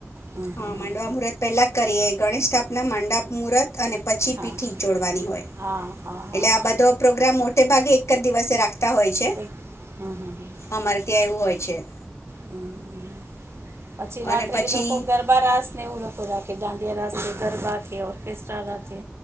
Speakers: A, on the right; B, on the left.
A: હમ
B: હા,
A: હમ
B: માંડવા
A: હમ
B: મુહૂર્ત પેલા કરીએ ગણેશ સ્થા ના, મંડપ મૂરત અને પછી
A: હા
B: પીઠી ચોડવાની હોય.
A: હા હા હા
B: એટલે આ બધો પ્રોગ્રામ મો ટે ભાગે એક જ દિવસે રાખ- તા હોય છે.
A: એક હમ હમ હમ
B: અમારે ત્યાં એવું હોય છે.
A: હમ હમ પછી રાત્રે
B: અને પછી
A: એ લોકો ગરબા રાસ ને એવું લોકો રાખેતા ડે રાસે ગરબા કે ઓર્કેસ્ટ્રા રાખે.